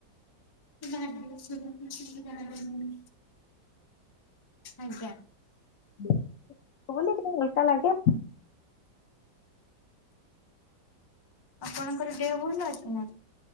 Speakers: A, on the left (about 20°); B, on the left (about 65°).
A: <unintelligible> କିଛି ଜଣାପଡିବନି। ଆଜ୍ଞା।
B: <unintelligible> ଟିକେ ଓଲଟା ଲାଗେ।
A: ଆପଣଙ୍କର ଦେହ ଭଲ ଅଛି ନା।